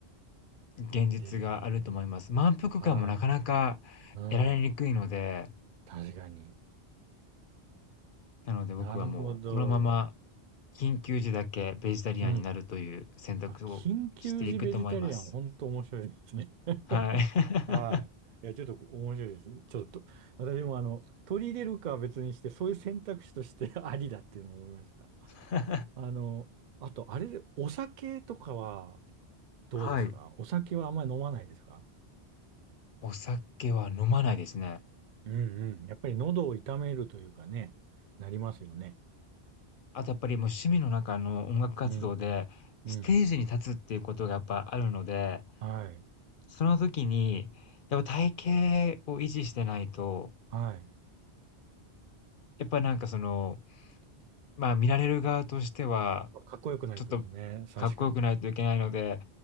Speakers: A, on the left; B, on the right.
A: 現実があると思います。
B: ですね。
A: 満腹感もなかなか得られにくいので、
B: はい。うん。確かに。
A: なので僕はもうこのまま
B: なるほど。
A: 緊急時だけベジタリアンになるという選択をしていくと思います。
B: うん。あ、緊急時ベジタリアン、本当面白いですね。
A: はい。
B: <laughs> はい。いや、ちょっと面白いです。ちょっと、私もあの、取り入れるかは別にして、そういう選択肢として <laughs> ありだっていうのを思いました。
A: <laughs>
B: あの、あと、あれで、お酒とかはどうですかお酒はあんまり飲まないですか
A: はい。お酒は飲まないですね。
B: うんうん。やっぱり喉を痛めるというかね、なりますよね。
A: あとやっぱりもう趣味の中の音楽活動で、
B: うん、うん。
A: ステージに立つっていうことがやっぱあるので、
B: はい、
A: その時に、やっぱ体型を維持してないと、
B: はい。
A: やっぱなんかその、まあ見られる側としては、
B: かっこよくないとですね、
A: ちょっと
B: 確かに。
A: かっこよくないといけないので、